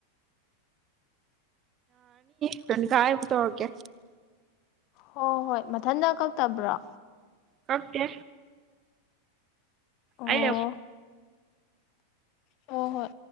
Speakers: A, on the right; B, on the left.
A: ꯅꯔꯅꯤꯀꯥ ꯑꯃꯨꯛ ꯇꯧꯔꯛꯀꯦ
B: ꯍꯣꯏ ꯍꯣꯏ ꯃꯊꯟꯇ ꯀꯛꯇꯕ꯭ꯔꯣ
A: ꯀꯛꯇꯦ
B: ꯑꯣ
A: ꯑꯩ
B: ꯑꯣ ꯍꯣꯏ